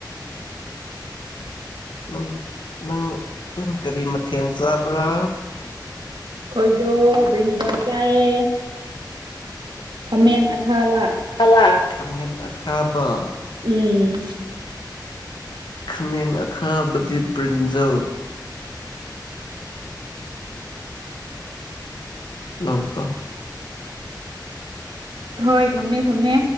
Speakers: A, on the left; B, on the right.
A: ꯅꯪ ꯅꯪꯪ ꯅꯪ ꯀꯔꯤ ꯃꯊꯦꯜ ꯆꯥꯕ꯭ꯔꯥ
B: ꯈꯣꯏꯗꯣ ꯕ꯭ꯔꯤꯜꯖꯜ ꯆꯥꯏꯌꯦ
A: <inaudible>
B: ꯈꯥꯃꯦꯟ ꯑꯈꯥꯋꯥ
A: <unintelligible> ꯈꯃꯦꯟ ꯑꯈꯥꯕꯥ
B: ꯎꯝ
A: ꯈꯥꯃꯦꯟ ꯑꯈꯥꯕꯗꯤ ꯕ꯭ꯔꯤꯟꯖꯜ <unintelligible>
B: ꯍꯣꯏ ꯊꯝꯃꯦ ꯊꯝꯃꯦ